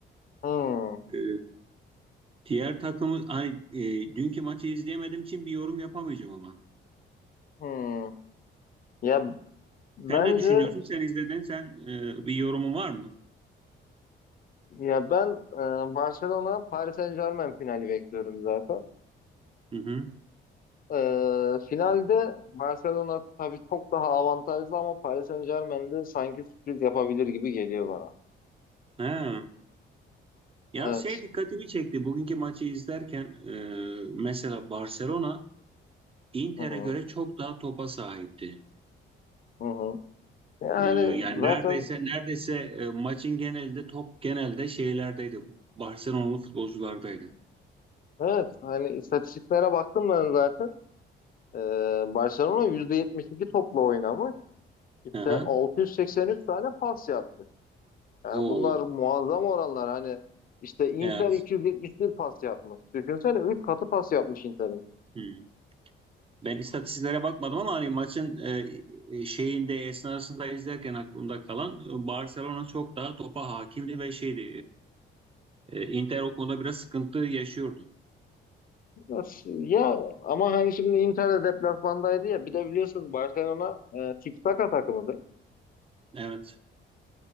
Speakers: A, on the left (about 45°); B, on the right (about 30°).
A: Hmm,
B: E, diğer takımı hani e, dünkü maçı izleyemediğim için bir yorum yapamayacağım ama.
A: hmm. Ya bence
B: Sen ne düşünüyorsun? Sen izledin. Sen e, bir yorumun var mı?
A: ya ben e, Barcelona Paris Saint-Germain finali bekliyorum zaten.
B: Hı hı.
A: Ee, finalde Barcelona tabii çok daha avantajlı ama Paris Saint-Germain de sanki sürpriz yapabilir gibi geliyor bana.
B: He. Ya
A: Evet.
B: şey dikkatimi çekti. Bugünkü maçı izlerken e, mesela Barcelona Inter'e
A: Hı hı.
B: göre çok daha topa sahipti.
A: Hı hı. Yani
B: E, yani
A: zaten
B: neredeyse neredeyse e, maçın genelinde top genelde şeylerdeydi. Barcelona'lı futbolculardaydı.
A: evet hani istatistiklere baktım ben zaten. Ee, Barcelona %72 topla oynamış. İşte
B: Hı hı.
A: 683 tane pas yapmış. Yani
B: Oo.
A: bunlar muazzam oranlar. Hani işte Inter
B: Evet.
A: 271 pas yapmış. Düşünsene 3 katı pas yapmış Inter.
B: Hmm. Ben istatistiklere bakmadım ama hani maçın e, e, şeyinde esnasında izlerken aklımda kalan e, Barcelona çok daha topa hakimdi ve şeydi. e, e, Inter o konuda biraz sıkıntı yaşıyordu.
A: Nasıl? Ya ama hani şimdi Inter de deplasmandaydı ya. Bir de biliyorsunuz Barcelona e, tiki-taka takımıdır.
B: Evet.